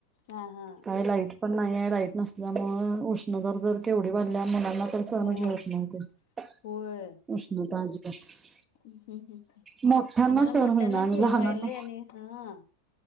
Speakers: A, on the left; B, on the right.
A: हा हा
B: काय लाईट पण नाही आहे लाईट नसल्यामुळे उष्णता तर केवढी वाढल्या मुलांना तर सहनच
A: होय
B: होत नाही ते
A: होय.
B: उष्णता <inaudible>
A: <inaudible>
B: मोठ्यांना
A: आम्हाला
B: सहन
A: मोठ्यांनाच
B: होईना आणि
A: हे
B: लहानांना
A: व्हायलंय आणि हा